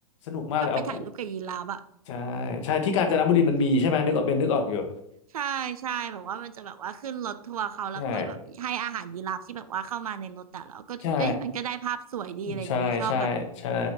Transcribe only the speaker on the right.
ชอบไปถ่ายรูปกับยีราฟอะ
ใช่ใช่แบบว่ามันจะแบบว่าขึ้นรถทัวร์เขาแล้วก็แบบให้อาหารยีราฟที่แบบว่าเข้ามาในรถแต่แล้วก็เอ้ยมันก็ได้ภาพสวยดีอะไรอย่างงี้ชอบแบบ